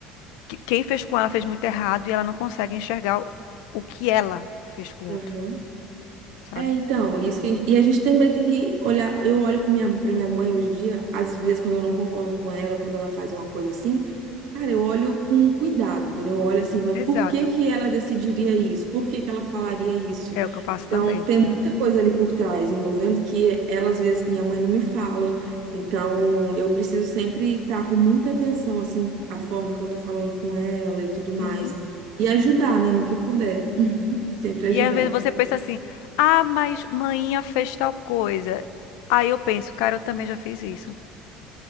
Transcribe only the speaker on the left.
que- Quem fez com ela fez muito errado e ela não consegue enxergar o o que ela fez com o
outro, sabe?
Exato.
É o que eu faço
também.
Uhum.
E às vezes você pensa assim: ah, mas mainha fez tal coisa. Aí eu penso, cara, eu também já fiz isso.